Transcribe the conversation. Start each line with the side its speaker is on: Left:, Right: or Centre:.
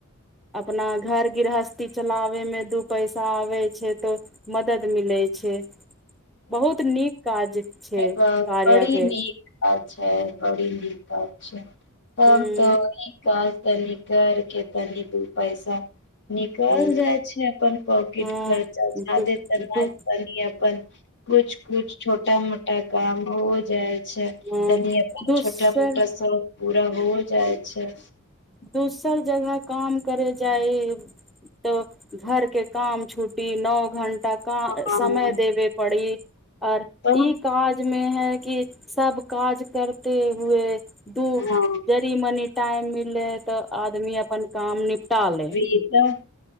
Centre: अपना घर गृहस्थी चलाबैमे दू पैसा आबै छै तऽ मदद मिलै छै बहुत नीक काज छै
Left: बड़ी
Centre: कार्या के
Left: नीक अच्छा बड़ी नीक अच्छा तम
Centre: हूँ
Left: तो कॉल तनी कर के तनी दू पैसा निकल
Centre: हूँ
Left: जाय छै अपन पॉकेट
Centre: हँ
Left: खर्चा
Centre: दू
Left: जादे तऽ
Centre: दू
Left: ने तनि अपन कुछ कुछ छोटा मोटा काम हो जाय छै
Centre: दोसर
Left: तनी अपन छोटा मोटा शौक पूरा हो जाय छै
Centre: दोसर जगह काम करे जाइयब तऽ घर के काम छुटी नओ घंटा
Left: हाँ
Centre: समय देबे पड़ी आर
Left: एकदम
Centre: ई काज में हय कि सब काज करते हुए दू
Left: हाँ
Centre: जड़ी मनी टाइम मिललै तऽ आदमी अपन काम निपटाले
Left: कि तऽ